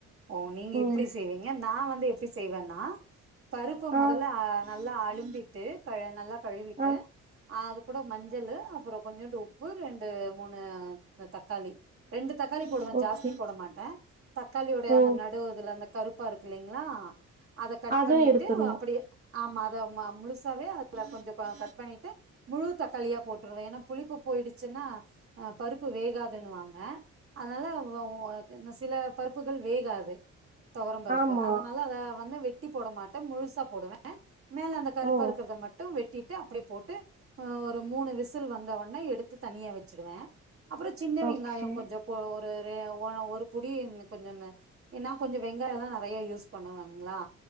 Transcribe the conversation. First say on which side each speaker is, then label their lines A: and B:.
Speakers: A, on the right (about 45°); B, on the right (about 30°).
A: ஓ நீங்க
B: ம்.
A: இப்பிடி செய்வீங்க நா வந்து எப் ச்சு செய்வன்னா பருப்பு
B: ஆ,
A: முதல்ல அ நல்லா அலிம்பிட்டு கைய நல்லா கழுவிட்டு
B: ஆ.
A: அது கூட மஞ்சளு அப்புறோ கொஞ்சோண்டு உப்பு ரெண்டு மூணு தக்காளி ரெண்டு தக்காளி போடுவே
B: ஓகே.
A: ஜாஸ்தி போட மாட்டே தக்காளியுடைய
B: ஓ!
A: அந்த நடு இதுல அந்த கருப்பாருக்கில்லைங்களா அத கட்
B: அதுவும்
A: பண்ணிட்டு
B: எடுத்துரணும்.
A: அப்படியே ஆமா அத ம முழுசாவே அதுல கொஞ்சம் கா கட் பண்ணிட்டு முழு தக்காளியா போட்டுருவேன் ஏனா புளிப்பு போயிடுச்சுன்னா ஹ பருப்பு வேகாதுன்னுவாங்க. அதனால வ ஓ என்ன சில பருப்புகள் வேகாது துவரம்பருப்பு
B: ஆமா.
A: அதனால அத வந்து வெ வெட்டி போட மாட்டேன் முழுசா போடுவேன் மேல அந்த கருப்பா
B: ஓ!
A: இருக்கிறத மட்டும் வெட்டி விட்டு அப்டி போட்டு அ ஒரு மூணு விசில் வந்தவுனே எடுத்து தனியா வச்சுடுவேன் அப்பறம் சின்ன
B: ஓகே.
A: வெங்காயம் கொஞ்சம் ஒரு ரே ஓன ஒரு புடி கொஞ்சம் நா ஏன்நா கொஞ்சம் வெங்காயம் தான் நறைய யூஸ் பண்ணுங்களா